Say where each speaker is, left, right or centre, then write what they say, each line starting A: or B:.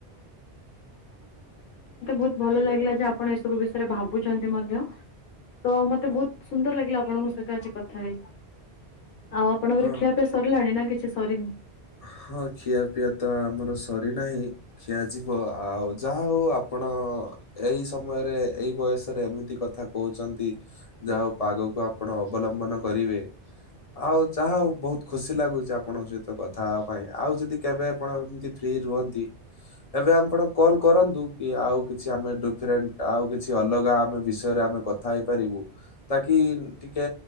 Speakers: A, on the left; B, on the left.
A: ବହୁତ ଭଲ ଲାଗିଲା ଯେ ଆପଣ ଏ ସବୁ ବିଷୟରେ ଭାବୁଛନ୍ତି ମଧ୍ୟ। ତୋ ମତେ ବହୁତ ସୁନ୍ଦର ଲାଗିଲା ଆପଣଙ୍କ ସହିତ ଆଜି କଥା ହେଇ। ଆଉ ଆପଣଙ୍କର
B: ହଁ
A: ଖିଆପିଆ ସରିଲାଣି ନା କିଛି ସରିନି?
B: ହଁ ଖିଆ ପିଇଆ ତ ଆମର ସରିନାହିଁ। ଖିଆଯିବ ଆଉ ଯାହା ହଉ ଆପଣ ଏଇ ସମୟରେ ଏଇ ବୟସ ଏମିତି କଥା କହୁଛନ୍ତି ଯାହା ହଉ ପାଗକୁ ଆପଣ ଅବଲମ୍ବନ କରିବେ ଆଉ ଯାହା ହଉ ବହୁତ ଖୁସି ଲାଗୁଛି ଆପଣଙ୍କ ସହିତ କଥା ତା ପାଇଁ ଆଉ ଯଦି କେବେ ଆପଣ ଏମତି ଫ୍ରି ରୁହନ୍ତି ଏବେ ଆପଣ କଲ୍ କରନ୍ତୁ କି ଆଉ କିଛି ଆମେ ଡିଫରେଣ୍ଟ ଆଉ କିଛି ଅଲଗା ଆମେ ବିଷୟରେ ଆମେ କଥା ହେଇପାରିବୁ। ତାକି ଟିକେ